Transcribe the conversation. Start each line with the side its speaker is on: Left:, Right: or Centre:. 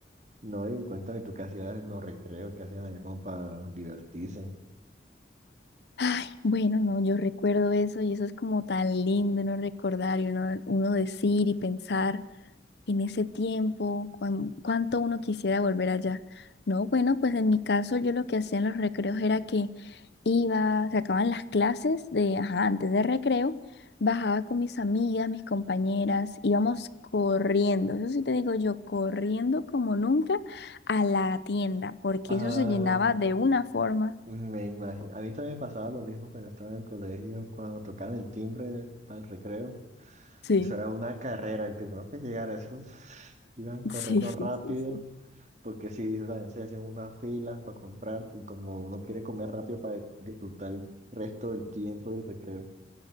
Right: No, y cuéntame tú qué hacías en los recreos, qué hacían allá como para divertirse.
Left: Ay, bueno, no, yo recuerdo eso y eso es como tan lindo uno recordar y uno, uno decir y pensar. en ese tiempo, cuán- cuánto uno quisiera volver allá. No, bueno, pues en mi caso yo lo que hacía en los recreos era que iba, se acababan las clases de, ajá, antes de recreo, bajaba con mis amigas, mis compañeras, íbamos corriendo, eso sí te digo yo, corriendo como nunca a la tienda, porque
Right: Ah,
Left: eso se llenaba de una forma.
Right: me imagino. A mí también me pasaba lo mismo cuando estaba en el colegio, cuando tocaban el timbre para el recreo.
Left: Sí,
Right: Eso era una carrera, el primero que llegara, esos iban corriendo
Left: <laughs> sí, sí,
Right: rápido,
Left: sí, sí.
Right: porque sí, eso también se hacían unas filas para comprar y como uno quiere comer rápido para disfrutar el resto del tiempo del recreo.